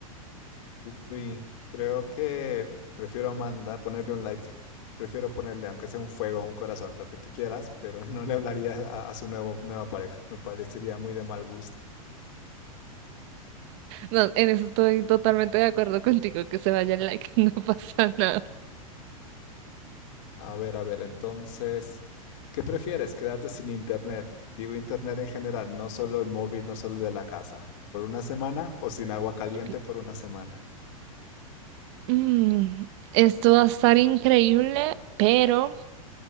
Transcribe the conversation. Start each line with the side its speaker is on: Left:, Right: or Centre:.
Left: Uy, creo que prefiero mandar, ponerle un like. Prefiero ponerle, aunque sea un fuego, un corazón, lo que tú quieras, pero <laughs> no le hablaría a, a su nuevo, nueva pareja. Me parecería muy de mal gusto.
Right: No, en eso estoy totalmente de acuerdo contigo, que se vaya el like, <laughs> no pasa nada.
Left: A ver, a ver, entonces, ¿qué prefieres? ¿Quedarte sin internet? Digo internet en general, no solo el móvil, no solo el de la casa. ¿Por una semana o sin agua caliente
Right: Ok.
Left: por una semana?
Right: Mm, esto va a estar increíble, pero